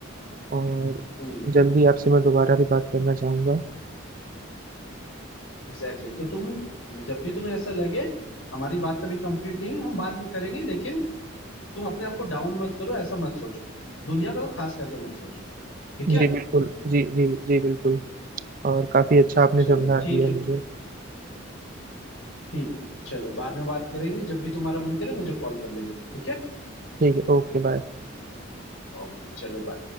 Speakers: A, on the right (about 40°); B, on the left (about 80°).
A: और
B: हम्म
A: जल्दी आपसे मैं दोबारा भी बात करना चाहूंगा
B: एग्जैक्टली तो तुम जब भी तुम्हें ऐसा लगे हमारी बात तो अभी कंप्लीट नहीं है हम बाद में करेंगे लेकिन तुम अपने आप को डाउन मत करो ऐसा मत सोचो दुनिया का तो खास करके मत सोचो ठीक
A: जी
B: है
A: बिल्कुल जी जी जी बिल्कुल और काफी अच्छा आपने
B: चलो
A: समझा
B: ठीक
A: दिया
B: है
A: मुझे
B: ठीक है चलो बाद में बात करेंगे जब भी तुम्हारा मन करे मुझे कॉल कर लेना ठीक है
A: ठीक है Okay bye
B: ओके चलो बाय